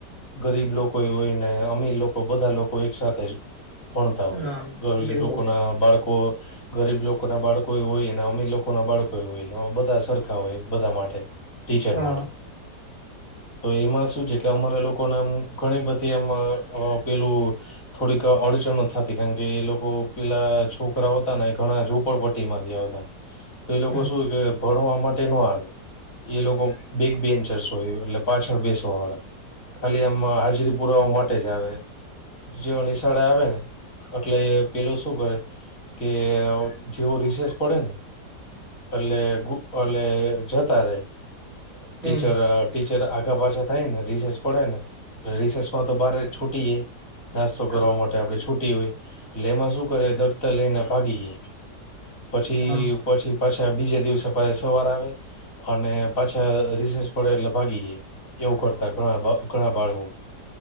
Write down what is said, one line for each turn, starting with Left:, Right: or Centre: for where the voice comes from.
Left: ગરીબ લોકો હોય ને અમીર લોકો બધા લોકો એક સાથે જ ભણતા હોય
Right: હા
Left: ગરીબ
Right: બિલકુલ
Left: લોકો
Right: સાચી
Left: ના બાળકો ગરીબ લોકો ના બાળકો હોય ને અમીર લોકો ના બાળકો હોય એ બધા સરખા હોય બધા માટે ટીચર
Right: હા
Left: માટે તો એમાં શું છે કે અમારા લોકોને આમ ઘણી બધી એમ પેલું થોડીક અડચણો થતી કારણ કે એ લોકો પેલા છોકરાઓ હતા ને એ ઘણા ઝોપડપટ્ટી માંથી આવતા તો એ લોકો
Right: હા
Left: શું કે ભણવા માટે નો આવે એ લોકો બેક બેન્ચર્સ એટલે પાછળ બેસવા વાળા ખાલી આમમાં હાજરી પુરાવા માટે જ આવે જેવા નિશાળા આવે ને એટલે પેલો શું કરે કે જેવો રિસેચ પડે ને એટલે ગુ એટલે જતા રહેે
Right: હમ
Left: ટીચર ટીચર આગા પાછા થાય ને રિસેસ પડે ને રિસેસમાં તો બારે છૂટી જાય નાસ્તો
Right: હા
Left: કરવા માટે આપણે છૂટી હોય એટલે એમાં શું કરે દફતર લઈને ભાગી જાય પછી
Right: હા
Left: પછી પાછા બીજે દિવસે સવાર આવે અને પાછા રીસેસ પડે એટલે ભાગી જાય એવું કરતા ઘણા અ ઘણા બાળો